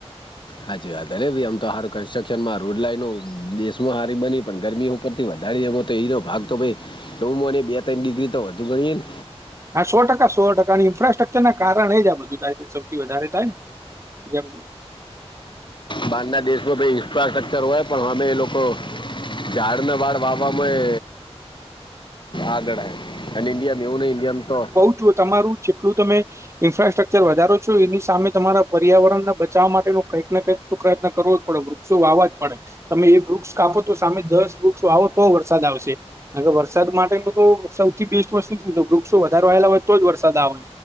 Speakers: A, on the left; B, on the right.
A: હાચી વાત અરે ભાઈ આમ તો હારું કન્સ્ટ્રક્શન માં રોડ લાઈનો દેશમાં હારી બની પણ ગરમી. ઉપર થી વધારી એમાં તો એનો ભાગ તો ભાઈ ડોમો ને બે ત્રણ ડિગ્રી તો વધુ ગણીએ ને.
B: હા સો ટકા સો ટકા અને ઇન્ફ્રાસ્ટ્રક્ચર ના કારણ એ જ આ બધું થાય સૌથી વધારે થાય. જમ.
A: બહારના દેશો ભઈ. ઇન્ફ્રાસ્ટ્રક્ચર હોય પણ અમે એ લોકો ઝાડને વાળ વાવવામાં એ. આગળ આઇ ને ઇન્ડિયા એવું નહી ઇન્ડિયા તો.
B: જો તમારું જેટલું તમે. ઇન્ફ્રાસ્ટ્રકચર વધારો છો એની સામે તમારા પર્યાવરણ ના બચાવવા માટેનું કંઈક ના કંઈક. પ્રયત્ન કરવો પડે વૃક્ષો વાવા જ પડે. તમે એક વૃક્ષ કાપો તો સામે દસ વૃક્ષ વાવો તો વરસાદ આવશે. વરસાદ માટેનું તો સૌથી બેસ્ટ વસ્તુ શું છે વૃક્ષો વધારો આવેલા હોય તો જ વરસાદ આવે.